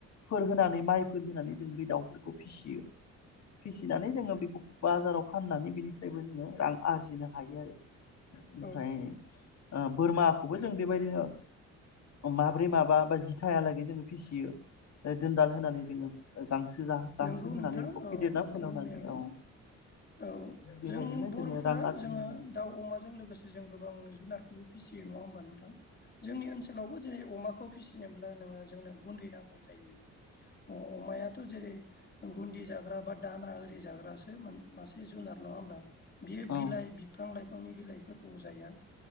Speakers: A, on the left; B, on the left.
A: फोर होनानै माइफोर होनानै जों बे दाउफोरखौ फिसियो। फिसिनानै जोङो बेखौ बाजाराव फाननानै बेनिफ्रायबो जोङो रां आरजिनो हायो आरो। ओमफ्राय
B: औ
A: ओ बोरमाखौबो जों बेबायदिनो माब्रै माबा बा जि थाहालागै जोङो फिसियो ओ दोनदाल होनानै जोङो गांसो जा-गांसो
B: नंगौ नोंथां
A: होनानै बेखौ
B: औ
A: फेदेरना
B: नोंथां
A: फोलावनानै
B: बुंनायाबो
A: औ
B: औ
A: बेबायदिनो
B: जों बर'फोरा
A: जोङो रां आरजिनो
B: जोङो
A: मोनो
B: दाव अमाजों लोगोसे जों गोबां जुनारखौबो फिसियो नङा होमबा नोंथां जोंनि ओनसोलावबो दिनै अमा बेखौ फिसिनोब्ला नोङो जोंनो गुन्दै नांगौ जायो अमायाथ' जेरै गुन्दि जाग्रा बा दाना ओरि जाग्रासो मासे जुनार नङा होमब्ला बियो बिलाइ
A: औ
B: बिफां लाइफांनि बिलाइफोरखौ जाया।